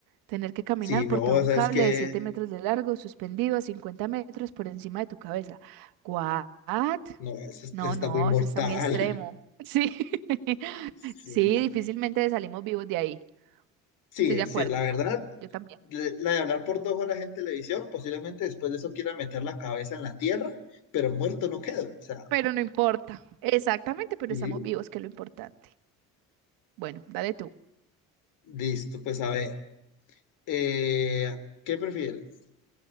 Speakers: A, on the right (about 80°); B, on the left (about 65°).
A: Tener que caminar
B: sí, no,
A: por todo
B: o
A: un
B: sea,
A: cable
B: es que,
A: de 7 metros de largo, suspendido a 50 metros por encima de tu cabeza. ¿What?
B: no, es- es-
A: No,
B: está
A: no,
B: muy mortal.
A: eso está muy extremo.
B: <laughs>
A: <laughs> Sí, <laughs>
B: Sí,
A: sí, difícilmente salimos vivos de ahí.
B: sí,
A: Estoy de acuerdo,
B: sí, la verdad,
A: yo también.
B: le- la de hablar por dos horas en televisión, posiblemente después de eso quiera meter la cabeza en la tierra, pero muerto no quedo. O sea,
A: Pero no importa. Exactamente, pero
B: sí.
A: estamos vivos, que es lo importante. Bueno, dale tú.
B: Listo, pues a ver, eh, ¿qué prefieres?